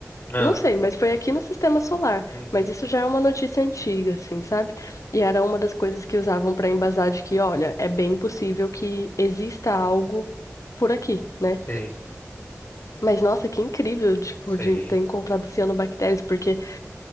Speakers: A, on the left; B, on the left.
A: Não.
B: Não sei, mas foi aqui no sistema solar.
A: Uhum.
B: Mas isso já é uma notícia antiga, assim, sabe? E era uma das coisas que usavam para embasar de que, olha, é bem possível que exista algo por aqui, né?
A: Sim,
B: Mas nossa, que incrível, tipo,
A: sim.
B: de ter encontrado cianobactérias, porque